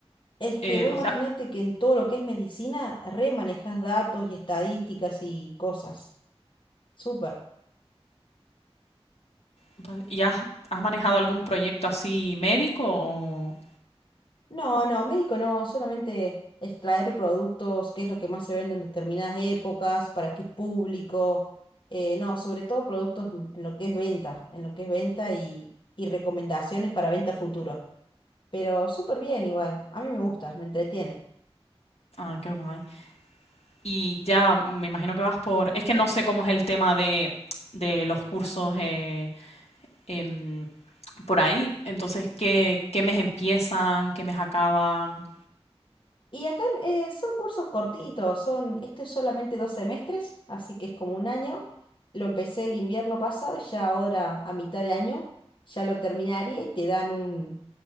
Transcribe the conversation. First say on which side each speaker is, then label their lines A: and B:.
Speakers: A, on the left (about 50°); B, on the left (about 80°).
A: Es que
B: Eh,
A: vos
B: o
A: imagínate
B: sea,
A: que en todo lo que es medicina, re manejas datos y estadísticas y cosas. Súper.
B: vale. ¿Y has, has manejado algún proyecto así médico o...?
A: No, no, médico no, solamente extraer productos, qué es lo que más se vende en determinadas épocas, para qué público. eh, no, sobre todo productos en en lo que es venta, en lo que es venta y, y recomendaciones para venta futuro. Pero súper bien igual, a mí me gusta, me entretiene.
B: Ah, qué guay. Y ya me imagino que vas por... Es que no sé cómo es el tema de, de los cursos eh, em, por ahí. Entonces, ¿qué, qué mes empiezan? ¿Qué mes acaban?
A: Y acá eh, son cursos cortitos, son, este es solamente dos semestres, así que es como un año. Lo empecé el invierno pasado y ya ahora, a mitad de año, ya lo terminaría y te dan un,